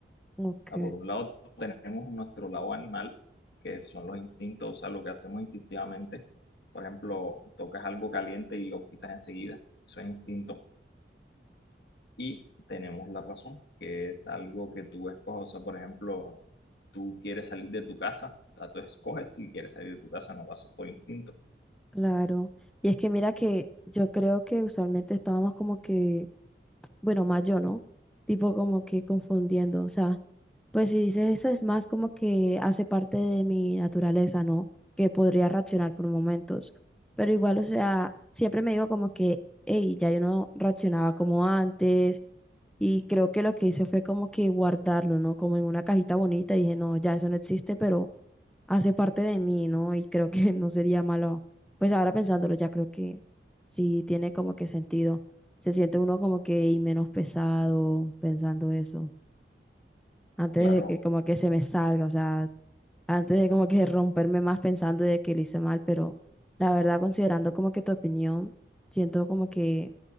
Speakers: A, in the centre; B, on the left.
A: ok.
B: sea, por un lado tenemos nuestro lado animal, que son los instintos, o sea, lo que hacemos instintivamente. Por ejemplo, tocas algo caliente y lo quitas enseguida. Eso es instinto. y tenemos la razón, que es algo que tú escoges. O sea, por ejemplo, tú quieres salir de tu casa, o sea, tú escoges si quieres salir de tu casa, no lo haces por instinto.
A: Claro. Y es que mira que yo creo que usualmente estábamos como que, bueno, más yo, ¿no? Tipo como que confundiendo, o sea. Pues si dices eso es más como que hace parte de mi naturaleza, ¿no? Que podría reaccionar por momentos. Pero igual, o sea, siempre me digo como que, hey, ya yo no reaccionaba como antes. Y creo que lo que hice fue como que guardarlo, ¿no? Como en una cajita bonita. y dije, no, ya eso no existe, pero hace parte de mí, ¿no? Y creo que <laughs> no sería malo pues ahora pensándolo, ya creo que sí tiene como que sentido. Se siente uno como que y menos pesado pensando eso. Antes
B: Claro,
A: de que como que se me salga, o sea, antes de como que romperme más pensando de que lo hice mal, pero la verdad considerando como que tu opinión, siento como que